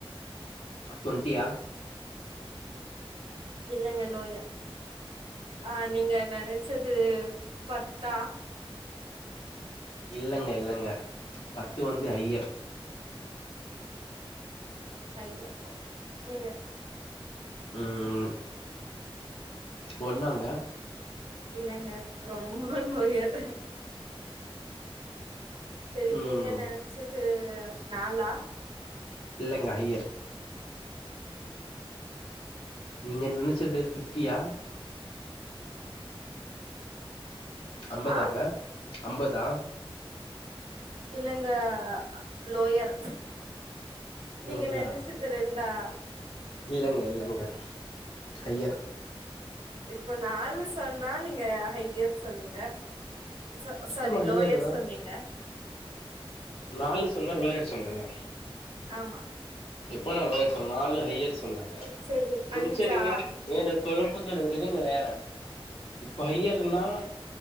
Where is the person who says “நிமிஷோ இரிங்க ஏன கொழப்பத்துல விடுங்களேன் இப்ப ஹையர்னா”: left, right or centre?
Left